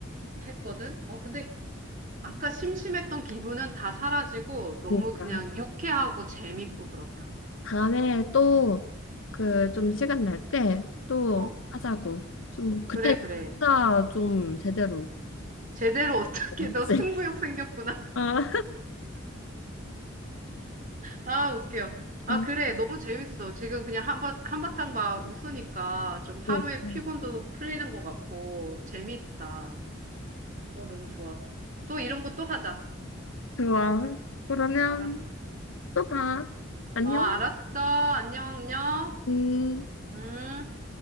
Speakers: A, on the right; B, on the left.
A: 했거든? 어, 근데 아까 심심했던 기분은 다 사라지고 너무
B: 그러니까
A: 그냥 유쾌하고 재밌고 그렇다.
B: 다음에 또 그 좀 시간 날 때 또
A: 어,
B: 하자고. 좀
A: 그래,
B: 그때
A: 그래.
B: 진짜 좀 제대로.
A: 제대로 <laughs> 어떻게,
B: 어,
A: 너 승부욕
B: 쎄.
A: 생겼구나.
B: 아.
A: 아, 웃겨. 아,
B: 어,
A: 그래. 너무 재밌어. 지금 그냥 한바, 한바탕 막 웃으니까 좀 하루의
B: 그러니까.
A: 피곤도 풀리는 것 같고, 재밌다. 어, 너무 좋아. 또 이런 거 또 하자.
B: 좋아. 그러면
A: 알았어.
B: 또 봐. 안녕.
A: 어, 알았어. 안녕, 안녕.
B: 음.
A: 음.